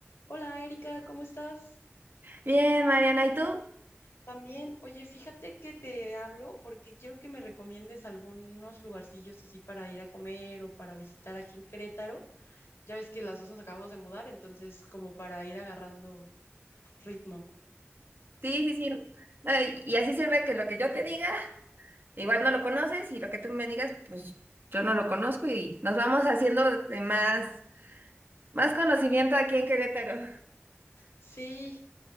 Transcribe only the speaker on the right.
Bien, Mariana, ¿y tú?
Sí, sí, sí. No, y y así sirve que lo que yo te diga, igual no lo conoces y lo que tú me digas, pues yo no lo conozco y nos vamos haciendo de más, más conocimiento aquí en Querétaro.